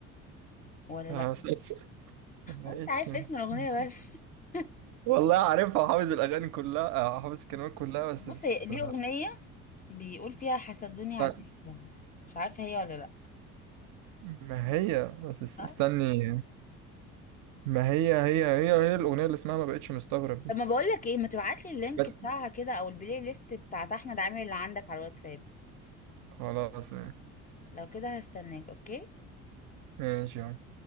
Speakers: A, on the left (about 20°); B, on the right (about 50°).
A: ولا
B: هسقف.
A: لا
B: <laughs> ما
A: هو
B: بقتش
A: انت عارف
B: مستغرب
A: اسم الأغنية بس <laughs>
B: والله عارفها حافظ الاغاني كلها آه، حافظ الكلمات كلها بس
A: بصي
B: اس-
A: ليه أغنية بيقول فيها حسدوني على
B: استنى.
A: الضحكة. مش عارفة هي ولا لا
B: ما هي بس اس-
A: اه
B: استني ما هي هي هي هي الاغنيه اللي اسمها ما بقتش مستغرب دي
A: طب ما بقول لك ايه ما تبعت لي اللينك
B: بس-
A: بتاعها كده او البلاي ليست بتاعت احمد عامر اللي عندك على الواتساب
B: خلاص
A: لو كده هستناك اوكي
B: ماشي يعني.